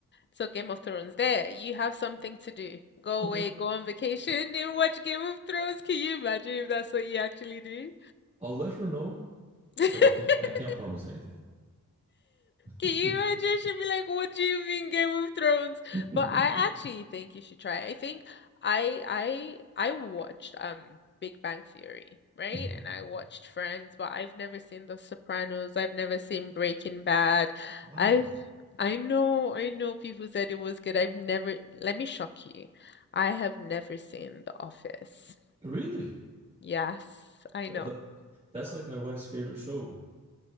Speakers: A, on the left; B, on the right.
A: So Game of Thrones, there, you have something to do. Go
B: Okay.
A: away, go on vacation, and watch Game of Thrones. Can you imagine if that's what you actually do?
B: I'll let her know,
A: <laughs>
B: but I can't I can't promise anything. <laughs>
A: Can you imagine? She'd be like, "What do you mean Game of Thrones?"
B: <laughs>
A: But I actually think you should try. it. I think I I I watched um Big Bang Theory, right?
B: Mhm.
A: And I watched Friends, but I've never seen The Sopranos. I've never seen Breaking Bad.
B: Wow,
A: I've I know, I know people said it was good. I've never, let me shock you. I have never seen The Office.
B: really?
A: Yes, I
B: Th-
A: know.
B: th- that's like my wife's favorite show.